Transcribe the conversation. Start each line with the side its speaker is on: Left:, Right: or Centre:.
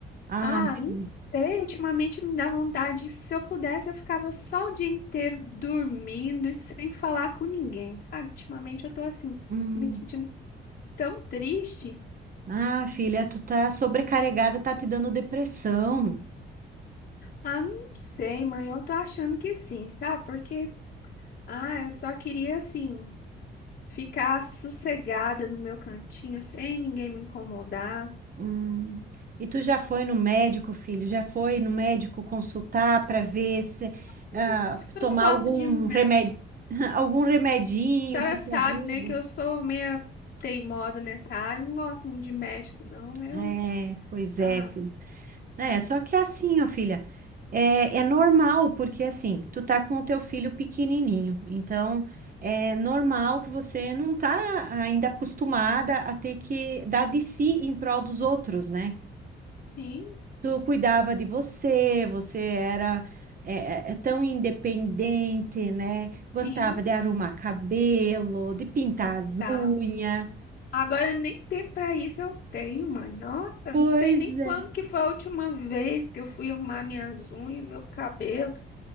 Right: ah,
Left: Ah,
Right: filha.
Left: não sei, ultimamente me dá vontade, se eu pudesse, eu ficava só o dia inteiro dormindo e sem falar com ninguém, sabe? Ultimamente eu tô assim,
Right: Hum,
Left: me sentindo tão triste.
Right: ah, filha, tu tá sobrecarregada, tá te dando depressão.
Left: Ah, não sei, mãe, eu tô achando que sim, sabe? Porque, ah, eu só queria assim. Ficar sossegada no meu cantinho sem ninguém me incomodar.
Right: Hum. E tu já foi no médico, filho? Já foi no médico consultar para ver se
Left: Ai,
Right: ah,
Left: eu
Right: tomar
Left: não gosto
Right: algum
Left: de ir no
Right: remédio, <laughs> algum remedinho
Left: A senhora
Right: que te
Left: sabe,
Right: ajude?
Left: né, que eu sou meia teimosa nessa área, não gosto muito de médico, não. Eu,
Right: É, pois
Left: ah,
Right: é, filho. É, só que é assim, ó, filha, é, é normal, porque assim, tu tá com o teu filho pequenininho, então é normal que você não tá ainda acostumada a ter que dar de si em prol dos outros, né?
Left: sim,
Right: Tu cuidava de você, você era é, é, é tão independente, né? Gostava
Left: sim,
Right: de arrumar cabelo, de pintar
Left: gostava.
Right: as unhas.
Left: Agora nem tempo pra isso eu tenho, mãe. Nossa,
Right: Pois
Left: não sei nem
Right: é.
Left: quando que foi a última vez que eu fui arrumar minhas unhas, meu cabelo.